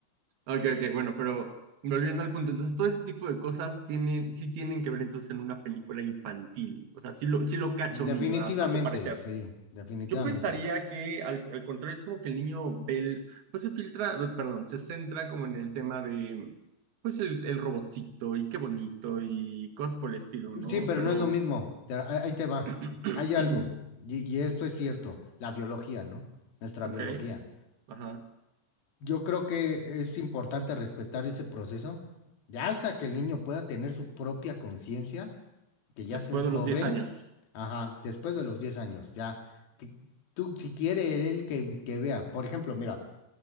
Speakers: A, on the right (about 60°); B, on the left (about 50°).
A: Ok, ok, bueno, pero volviendo al punto, entonces todo ese tipo de cosas tienen, sí tienen que ver entonces en una película infantil. O sea, sí lo, sí lo cacha un
B: Definitivamente,
A: niño, a a tu parecer.
B: sí, definitivamente.
A: Yo pensaría que al, al contrario es como que el niño ve, el- pues se filtra, eh, perdón, se centra como en el tema de, pues el, el robotcito y qué bonito y cosas por el estilo, ¿no?
B: Sí, pero
A: Pero,
B: no es lo mismo. Te- ahí ahí te va.
A: <clears throat>
B: Hay algo, y, y esto es cierto, la biología, ¿no? Nuestra
A: ok,
B: biología.
A: ajá,
B: Yo creo que es importante respetar ese proceso, ya hasta que el niño pueda tener su propia conciencia, que ya
A: después
B: sea un joven,
A: de los 10 años,
B: ajá, después de los 10 años, ya. que tú, si quiere él que, que vea, por ejemplo, mira,